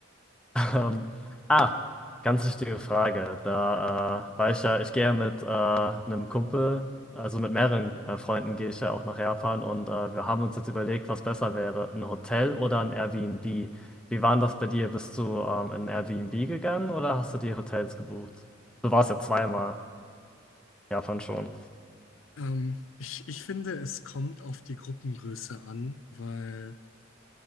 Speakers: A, in the centre; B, on the left.
A: Ähm, ah, ganz wichtige Frage. Da äh, war ich ja, ich gehe ja mit äh, einem Kumpel, also mit mehreren äh, Freunden gehe ich ja auch nach Japan und äh, wir haben uns jetzt überlegt, was besser wäre, ein Hotel oder ein Airbnb. Wie war denn das bei dir? Bist du ähm, in ein Airbnb gegangen oder hast du dir Hotels gebucht? Du warst ja zweimal in Japan schon.
B: Ähm, ich, ich finde, es kommt auf die Gruppengröße an, weil